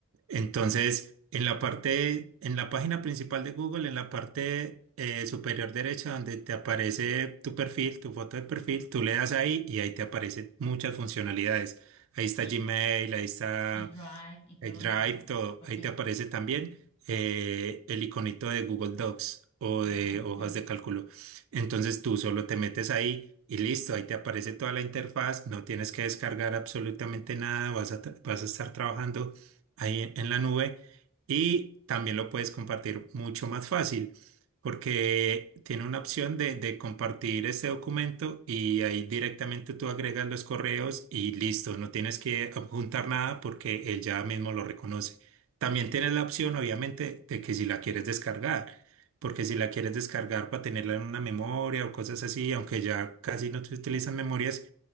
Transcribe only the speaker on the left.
sí,
el Drive y todo
eso, ¿no?
Ok,
ah,
ok.